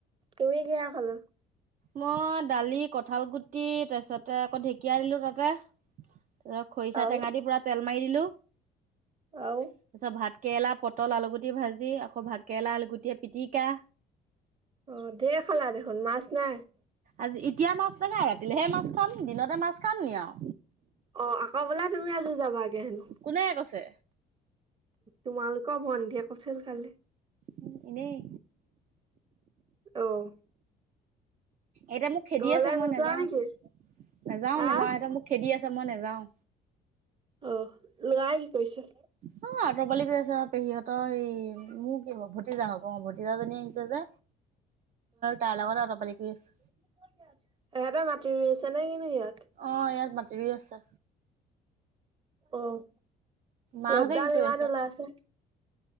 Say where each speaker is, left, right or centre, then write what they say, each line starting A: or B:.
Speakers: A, on the right (about 30°); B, on the right (about 50°).
A: তুমি কিহে খালা?
B: মই দালি, কঠালগুটি, তাৰছতে আকৌ ঢেকীয়া দিলো তাতে। আ খৰিচা
A: আৰু
B: টেঙা দি পুৰা তেল মাৰি দিলো,
A: আৰু
B: তাৰপিছত ভাত কেৰেলা, পটল, আলুগুটি ভাজি আকৌ ভাতকেৰেলা, আলুগুটি পিটিকা
A: অ', ধেৰ খালা দেখোন, মাছ নাই?
B: আজি এতিয়া মাছ নখায়, ৰাতিলেহে মাছ খাম, দিনতে মাছ খাম নি আউ?
A: অ', আকৌ বোলে তুমি আজি যাবাগে? হেনো
B: কোনে কৈছে?
A: তোমালোকৰ ভন্তিয়ে কৈছিল কালি।
B: উ, এনেই
A: অ'।
B: এটেৱ মোক খেদি
A: ঘৰলে
B: আছে, মই
A: নোযোৱা
B: নাযাও,
A: নেকি
B: নাযাও
A: হা
B: নাযাও এটে মোক খেদি আছ যা মই নাযাওঁ।
A: অ', লৰাই কি কৰিছে?
B: হৌআ', অত'পালি কৰি আছে অ, পেহীহঁতৰ এই, মোক কি হ', ভতিজা হ'ব অ', ভতিজা জনী আহিছে যে, তাইৰ লগতে আতপালি কৰি আছে।
A: <unintelligible> এহটে মাটি ৰুই আছে নে কিনো ইয়াত?
B: অ ইয়াত মাটি ৰুই আছে
A: অ',
B: মাহঁতে
A: ৰ'দডাল
B: কি কৰি
A: ইমান ওলাই আছে।